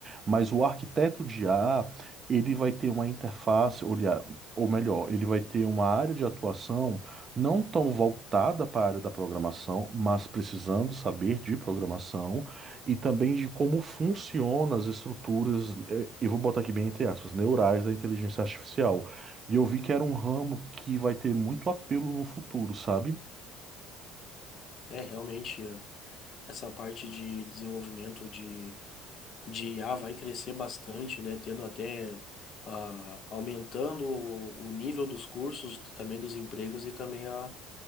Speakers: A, on the right; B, on the left.
A: Mas o arquiteto de IA, ele vai ter uma interface, olhar, ou melhor, ele vai ter uma área de atuação não tão voltada para a área da programação, mas precisando saber de programação e também de como funcionam as estruturas, eh, eu vou botar aqui bem entre aspas, neurais da inteligência artificial. E eu vi que era um ramo que vai ter muito apelo no futuro, sabe?
B: É, realmente, eh, essa parte de desenvolvimento de, de I a vai crescer bastante, né? Tendo até, ah, aumentando o, o nível dos cursos, também dos empregos e também a,